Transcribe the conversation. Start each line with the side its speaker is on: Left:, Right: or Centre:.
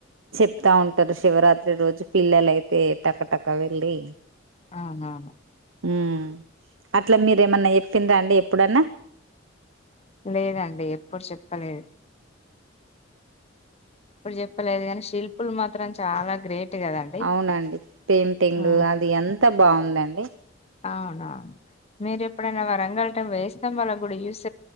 Right: చెప్తా ఉంటారు శివరాత్రి రోజు పిల్లలైతే టకటక వెళ్ళి
Left: అహా
Right: మ్ అట్లా మీరేమన్నా చెప్పింరా అండి ఎప్పుడన్నా
Left: లేదండి ఎప్పుడు చేప్పలేద్ ఎప్పుడు చెప్పలేదు గనీ శిల్పులు మాత్రం చాలా గ్రేట్ కదండి
Right: అవునండి పెయింటింగ్
Left: ఆ
Right: అది అంత బాగుందండి
Left: అవున మీరు ఎప్పుడైనా వరంగల్ టైం వేయి స్థంబాల గుడి జూస్